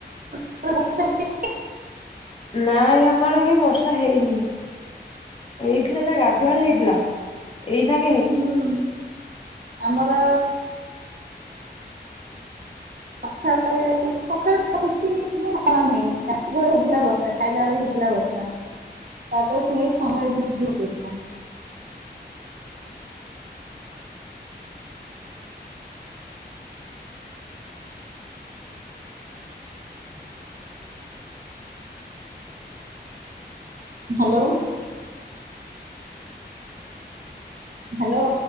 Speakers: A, on the right; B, on the left.
A: ତମ ବର୍ଷା ହେଈନି
B: ନା ଆମ ଆଡେ଼ କାଇଁ ବର୍ଷା ହେଇନି। ହେଇଥିଲା ଯା ଗାଧୁଆଳେ ହେଇଥିଲା। ଏଇନା-
A: ହୁଁ ଆମର ସଖାଳେ ସଖାଳେ <inaudible> କଣ ନାହିଁଳେ ହେଇଥିଲା ବର୍ଷା ଖାଇଲା ବେଳେ ହେଇଥିଲା ବର୍ଷା। ତାପରେ ଫୁଣି ଏଇ ସମୟ ଝିପ ଝିପ ହେଉଥିଲା। ହ୍ୟାଲୋ। ହ୍ୟାଲୋ।